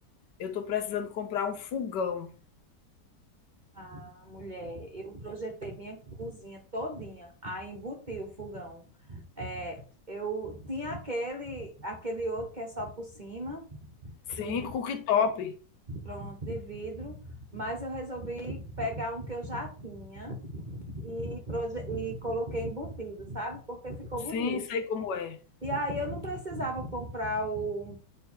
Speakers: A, on the left; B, on the right.
A: Eu estou precisando comprar um fogão.
B: ah, mulher, eu projetei minha cozinha todinha, aí embuti o fogão. É, eu tinha aquele, aquele outro que é só por cima,
A: Sim,
B: de
A: cooktop.
B: Pronto, de vidro, mas eu resolvi pegar um que eu já tinha e, proje- e coloquei embutido, sabe? Porque ficou
A: Sim,
B: bonito.
A: sei como é.
B: E aí eu não precisava comprar o,